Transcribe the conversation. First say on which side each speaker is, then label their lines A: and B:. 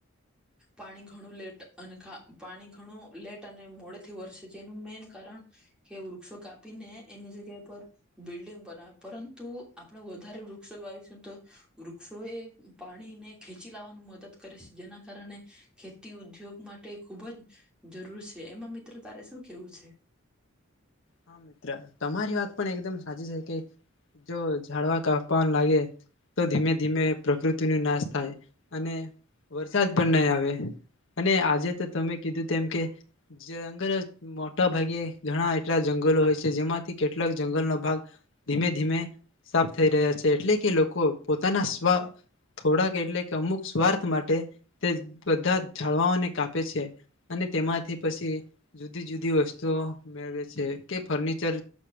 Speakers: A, in the centre; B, on the left.
A: પાણી ઘણું લેટ અને પાણી ઘણું લેટ અને મોડે થી વર્ષ જેનું મેન કારણ કે વૃક્ષો કાપીને એની જગ્યા પર બિલ્ડંગ બનાવે પરંતુ આપણે વધારે વૃક્ષો લવીશું તો વૃક્ષો એ પાણીને ખેચી લાવવાનું મદદ કરે છે, જેના કારણે ખેતી ઉદ્યોગ માટે ખુબ જ જરૂર છે, એમાં મિત્ર તારે શું કેવું છે.
B: હા મિત્ર તમારી વાત પણ એકદમ સાચી છે, કે જો ઝાડવા કાપવા લાગે તો ધીમે ધીમે પ્રકૃતિ ન નાશ થાય અને, વરસાદ પણ નહીં આવે અને આજે તો તમે કીધું તેમ કે <unintelligible> મોટા ભાગે ઘણા જંગલો હોય છે જેમાંથી કેટલાક જંગલનો ભાગ ધીમે ધીમે સાફ થઈ રહ્યા છે, એટલે કે લોકો પોતાના <unintelligible> થોડાક એટલે કે અમુક સ્વાર્થ માટે તે બધા જાળવાઓને કાપે છે, અને તેમાંથી પછી જુદી જુદી વસ્તુઓ મેળવે છે. ફર્નિચર